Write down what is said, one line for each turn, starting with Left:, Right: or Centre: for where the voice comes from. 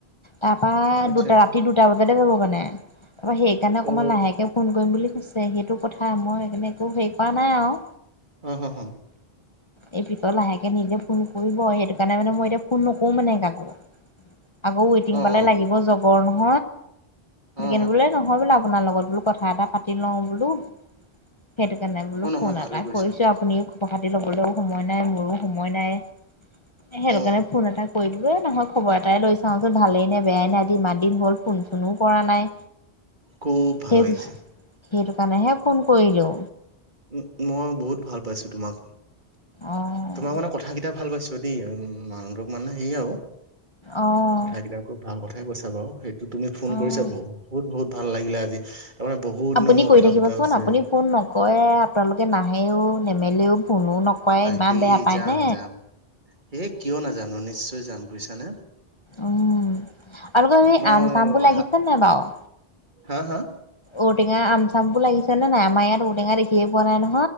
Left: তাৰপা
Right: আচ্ছা
Left: দুটা
Right: আচ্ছা
Left: ৰাতি দুটা বজাতে যাব। মানে ত সেইকাৰণে অকণমান
Right: অ
Left: লাহেকে ফোন কৰিম বুলি। ছে সেইটো কথা মই সেইকাৰণে একো হেৰি কৰা নাই আৰু
Right: আহ হ হ
Left: এই বিপৰ ল আহে তে নিজে ফোন কৰিব। সেইটো কাৰণে মানে মই এতিয়া ফোন নকৰো মানে কাকো আকৌ ৱেটিং
Right: অ
Left: পালে
Right: অ
Left: লাগিব য বৰহ য়
Right: অ অ
Left: কিনিবোলে নহয় বোলে। আপোনাৰ লগত বোলো কথা এটা পাতি লওঁ বোলো। সেইটো কাৰণে বোলো
Right: অ নহয়
Left: ফোন
Right: ভালে
Left: এটা
Right: কৰিছা
Left: কৰিছো আপুনিও প্ৰহাটতি ল'লেও সময় নাই মোৰো সময় নাই, সেইটো
Right: অ
Left: কাৰণে ফোন এটা কৰিব বলে নহয় খবৰ এটাই লৈ চাওঁচোন ভালেই নে বেয়াই নাই আজি ইমান দিন হ'ল ফোন চোনো কৰা নাই।
Right: খুব ভাল
Left: সেই
Right: লাগিছে।
Left: সেইটো কাৰণেহে ফোন কৰিলো।
Right: উ মই বহুত ভাল পাইছো তোমাক।
Left: অ',
Right: তোমাক মানে কথা কেইটা ভাল পাইছোঁ যদি মানুহটোক মানে সে আৰু
Left: অ',
Right: কথা কেইটা খুব ভাল কথাই কৈছে! হাবও সেই তুমি ফোন
Left: অ'।
Right: কৰিছা বহু বহুত বহুত ভাল লাগিলে আজি তাৰমানে বহুত দিনৰ
Left: আপুনি
Right: মূৰত
Left: কৰি
Right: কথা
Left: থাকিবচোন
Right: পতা হৈছে
Left: আপুনি ফোন নকৰে আপোনালোকে নাহেও নেমেলেও ফোনো নকৰে ইমান
Right: হেই
Left: বেয়া পায়নে
Right: যাম যাম এই কিয় নাজাম নিশ্চয় ত যাম বুইছা নে
Left: উম আৰু ক স
Right: মই
Left: আম চামবোৰ
Right: অহা
Left: লাগিছে নে বাৰু
Right: হা হা?
Left: ঔটেঙা আম চাম বোৰ লাগিছে নাই আমাৰ ইয়াৰ ঔ টেঙা দেখিয়ে পোৱা নাই ন